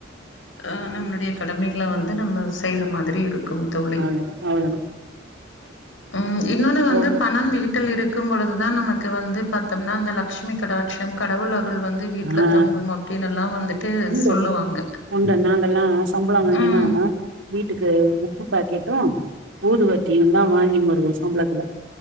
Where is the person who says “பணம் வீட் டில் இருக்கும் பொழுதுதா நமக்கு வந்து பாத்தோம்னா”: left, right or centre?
Left